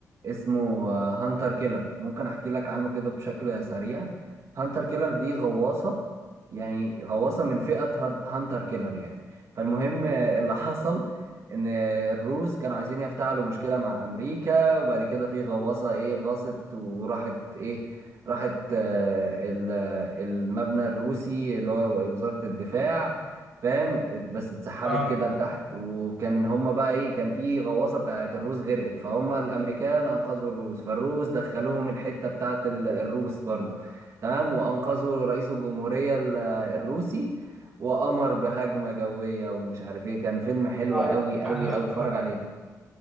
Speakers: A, on the right; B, in the centre.
A: اسمه هانتر كيلر ممكن احكي لك عنه كده بشكل سريع هانتر كيلر دي غواصة يعني غواصة من فئة هانتر كيلر يعني فالمهم آه، اللي <laughs> حصل ان الروس كانوا عايزين يفتعلوا مشكلة مع امريكا وبعد كده في غواصة ايه غاصت وراحت ايه راحت آه، ال- آه، المبنى الروسي اللي هو وزارة الدفاع فاهم بس اتسحبت
B: اه
A: كده لتحت وكان هما بقى ايه كان في غواصة بتاعت الروس غرقت فهم الامريكان انقذوا الروس فالروس دخلوهم الحتة بتاعت ال- الروس برضو تمام وانقذوا رئيس الجمهورية ال- الروسي وأمر بهجمة جوية ومش عارف ايه كان فيلم حلو
B: اه
A: قوي قوي
B: لا
A: قوي اتفرج عليه